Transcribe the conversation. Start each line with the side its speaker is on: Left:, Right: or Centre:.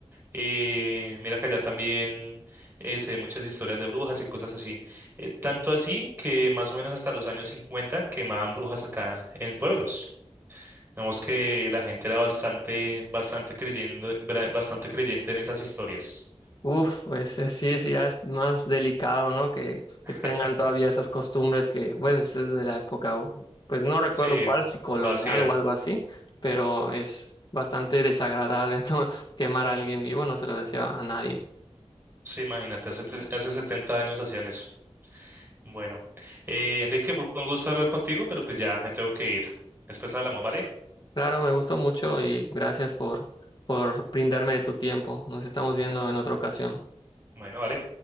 Right: Eh, mira que allá también eh, se ven muchas historias de brujas y cosas así. Eh, tanto así que más o menos hasta los años 50 quemaban brujas acá en pueblos. Digamos que la gente era bastante, bastante creyendo, bra- bastante creyente en esas historias.
Left: Uf, pues eh, sí, sí, ya es más delicado, ¿no? Que,
Right: <laughs>
Left: que tengan todavía esas costumbres que, pues, es de la época, o- pues no recuerdo
Right: Sí,
Left: cuál, si colonial
Right: lo hacían.
Left: o algo así, pero es bastante desagradable <laughs> ¿no? quemar a alguien vivo, no se lo deseo a nadie.
Right: Sí, imagínate, hace, hace 70 años hacían eso. Bueno, eh, Enrique, fue un gusto hablar contigo, pero pues ya me tengo que ir. Después hablamos, ¿vale?
Left: Claro, me gustó mucho y gracias por, por brindarme de tu tiempo. Nos estamos viendo en otra ocasión.
Right: Bueno, vale.